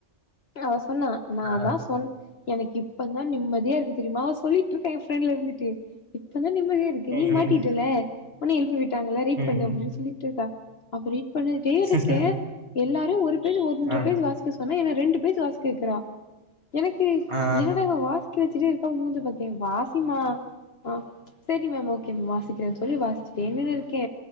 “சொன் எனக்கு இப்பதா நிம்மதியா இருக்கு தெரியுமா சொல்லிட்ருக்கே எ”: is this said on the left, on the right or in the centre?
Left